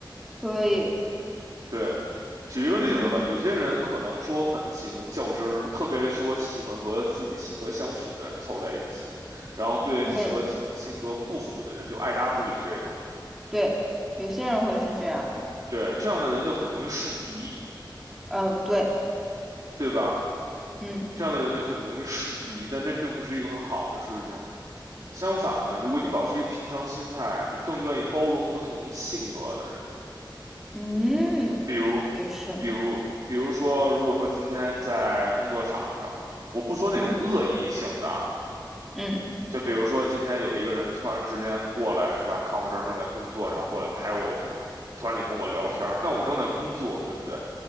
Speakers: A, in the centre; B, on the right.
A: 可以，
B: 对，举一个例子吧，
A: 嗯，
B: 有些人可能说很喜欢较真儿，他特别说喜欢和自己性格相符的人凑在一起，然后对和自己性格不符的人就爱搭不理这种。
A: 可以，对，有些人会是这样的。
B: 对，这样的人就很容易树敌，
A: 呃，对，
B: 对吧？
A: 嗯
B: 这样的人就很容易树敌，但这并不是一个很好的事情。相反的，如果你保持一个平常心态，你更愿意包容不同性格的人。
A: 嗯，
B: 比如，
A: 也是，
B: 比如，比如说，如果说今天在工作场上，我不说那种恶意性的啊，
A: 嗯嗯，
B: 就比如说今天有一个人突然之间过来，是吧？看我这儿正在工作，然后过来拍我一下，突然就跟我聊天儿，但我正在工作，对不对？